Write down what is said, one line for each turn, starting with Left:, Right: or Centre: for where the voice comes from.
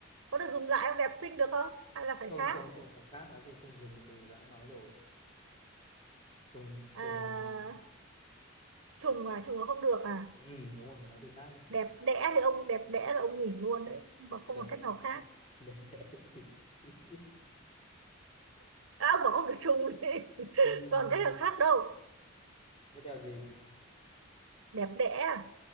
Right: có được dùng lại không đẹp xinh được không hay là phải
Left: không
Right: khác
Left: không không phải khác nói chung không dùng từ đã nói rồi trùng trùng
Right: à, trùng à trùng là không được à
Left: ừ, đúng rồi phải nói từ khác đi
Right: đẹp đẽ thì ông đẹp đẽ là ông nghỉ luôn đấy mà không
Left: đẹp
Right: còn cách nào khác
Left: đẹp đẽ <laughs>
Right: à, ông bảo ông được trùng đi <laughs>
Left: ừ.
Right: còn cách nào khác đâu
Left: thế đẹp gì
Right: đẹp đẽ à?